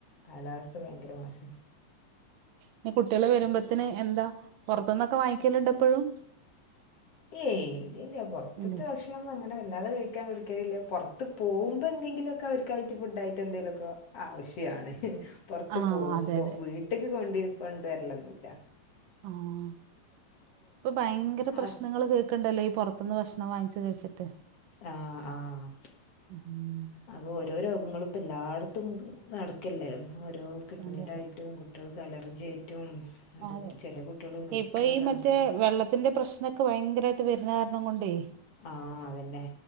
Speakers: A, on the left; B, on the right.
A: കാലാവസ്ഥ ഭയങ്കര മോശ.
B: ഇനി കുട്ടികള് വരുമ്പോത്തന് എന്താ പുറത്ത്ന്നൊക്കെ വാങ്ങിക്കലുണ്ടോ ഇപ്പഴും.
A: ഏയ് ഇല്ല ഇല്ല പുറത്തത്തെ
B: ഇല്ലേ
A: ഭക്ഷണ പക്ഷെന്നും അങ്ങനെ വല്ലതെ കഴിക്കാൻ കൊടുക്കലില്ല പുറത്ത് പോവുമ്പോ എന്തെങ്കിലൊക്കെ അവർക്കായിട്ട് ഫുഡ് ആയിട്ട് എന്തെലൊക്കെ ആവശ്യാണ് പുറത്ത്
B: ആ
A: പോവുമ്പോ
B: അതെ അതെ
A: വീട്ടില് കൊണ്ട് കൊണ്ടുവരലൊന്നില്ല
B: ആഹ് ഇപ്പൊ ഭയങ്കര പ്രശ്നങ്ങൾ
A: ആ
B: കേൾക്കണ്ടല്ലോ ഈ പൊറത്ത് ത്ത്ന്ന് ഭക്ഷണം വാങ്ങിച്ച് കഴിച്ചിട്ട്
A: ആഹ് ആഹ്
B: ഉം
A: അപ്പൊ ഓരോ രോഗങ്ങളും ഇപ്പ എല്ലായിടത്തും നടക്കല്ലേ ഓരോ കിഡ്നീടായിട്ടും
B: അതെ അതെ
A: കുട്ട്യാൾക്ക് അലർജി ആയിട്ടും ഒരു
B: അതെ
A: ചില കുട്ടികൾ മരിക്കണതാ
B: ഇപ്പ ഈ മറ്റേ
A: അങ്ങനെ
B: വെള്ളത്തിന്റെ പ്രശ് അതൊക്കെ ഭയങ്കരവായിട്ട് വരുന്ന കാരണം കൊണ്ടേ
A: ആഹ് അതന്നെ